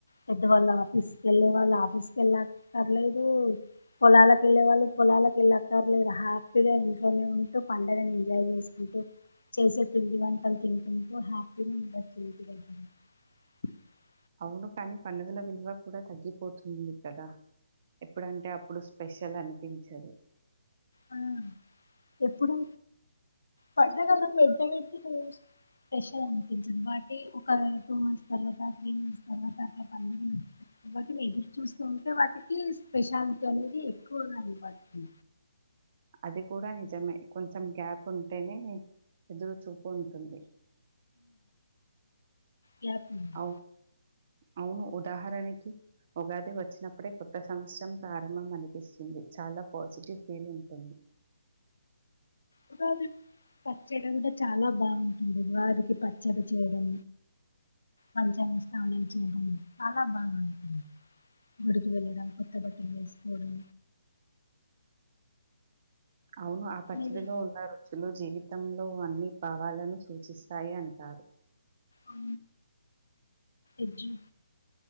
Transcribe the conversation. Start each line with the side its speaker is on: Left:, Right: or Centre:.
Left: పెద్దవాళ్ళ ఆఫీస్ కీ వెళ్లేవాళ్లు ఆఫీస్కి వెళ్లక్కర్లేదు పొలాలకి వేళ్లే వాళ్ళు పొలాలకి వేళ్ళకర్లేదు హ్యాపీగా ఎన్ ఇక్కడనే ఉంటూ పండగని ఎంజాయ్ చేసుకుంటూ చేసే పిండి వంటలు తినుకుంటూ హ్యాపీగా ఉండొచ్చు <inaudible>
Right: ఉండు కానీ పండుగల విలువ కూడా తగ్గిపోతుంది కదా ఎప్పుడంటే అప్పుడు స్పెషల్ అనిపించదు
Left: ఆ ఎప్పుడు పంటగాలం పెద్ద పెడిటి స్పెషల్ అనిపించదు వాటి ఒక టూ మంత్స్ తర్వాత త్రీ మంత్స్ తర్వాత పన్నెండు మంత్స్ తర్వాత కాబట్టి ఎదురు చూస్తూ ఉంటే వాటికి స్పెషాలిటీ అనేది ఎక్కువగాని వాటి
Right: అది కూడా నిజమే కొంచెం గ్యాప్ ఉంటేనే ఎదురు చూపు ఉంటుంది
Left: గ్యాప్ ఉంది.
Right: అవు అవును ఉదాహరణకి ఉగాది వచ్చినప్పుడే కొత్త సంవత్సరం ప్రారంభం అనిపిస్తుంది చాలా పాజిటివ్ ఫీల్ ఉంటుంది
Left: ఉగాది పచ్చడి అంటే చాలా బాగుంటుంది ఉగాదికి చేయడం పంచాంగ స్నాానం చేయడం చాలా బాగుంటుంది గుడికి వెళ్ళడం కొత్త బట్టలు వేసుకోవడం
Right: అవును ఆ పచ్చడిలో
Left: ఇది
Right: ఉన్న రుచులు జీవిత్ తంలో అన్ని భావాలను సూచిస్తాయి అంటారు
Left: ఆ ఎజీ